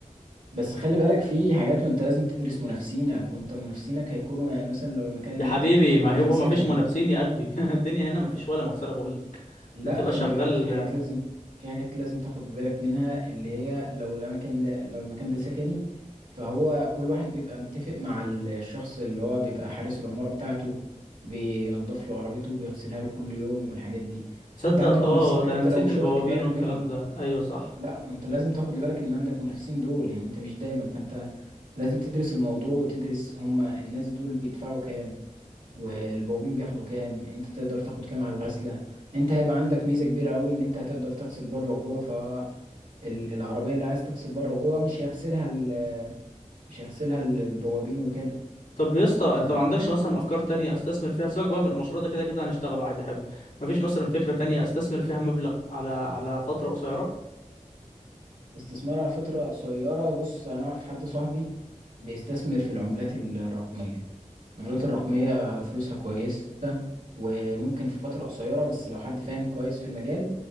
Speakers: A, on the right; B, on the left.
A: بس خلي بالك في حاجات وانت لازم تدرس منافسينك وانت منافسينك هيكونوا يعني مثلا لو المكان اللي
B: يا حبيبي
A: انت بتتكلم
B: ما
A: فيه
B: هو
A: سكني
B: ما فيش منافسين يا قلبي <laughs> الدنيا هنا ما فيش ولا مغسله بقول لك
A: لا
B: انت تبقى
A: خلي
B: شغال
A: بالك في حاجات لازم في حاجات لازم تاخد بالك منها اللي هي لو الاماكن ده لو المكان ده سكني فهو كل واحد بيبقى متفق مع الشخص اللي هو بيبقى حارس العمارة بتاعته بينضف له عربيته وبيغسلها له كل يوم والحاجات دي
B: تصدق
A: فانت عندك
B: اه
A: منافسين
B: ده
A: حتى
B: انا نسيت
A: لو مش
B: البوابين
A: واخد بالك
B: والكلام
A: منهم
B: ده ايوه صح
A: لا ما انت لازم تاخد بالك ان عندك منافسين دول يعني انت مش دايما فانت لازم تدرس الموضوع وتدرس هما الناس دول بيدفعوا كام والبوابين بياخدوا كام انت تقدر تاخد كام على الغسله انت هيبقى عندك ميزه كبيره قوي ان انت هتقدر تغسل بره وجوه فالعربيه اللي عايز تغسل بره وجوه مش هيغسلها ال- مش هيغسلها ال- البوابين وكده
B: طب يا اسطى
A: انت
B: انت ما عندكش مثلا افكار تانية استثمر فيها سيبك بقى من المشروع ده كده كده هنشتغله عادي حلو مفيش مثلا فكرة تانية استثمر فيها مبلغ على على فترة قصيرة
A: استثمار على فتره قصيره بص انا اعرف حد صاحبي بيستثمر في العملات ال- الرقميه العملات الرقميه فلوسها كويسه وممكن في فتره قصيره بس لو حد فاهم كويس في المجال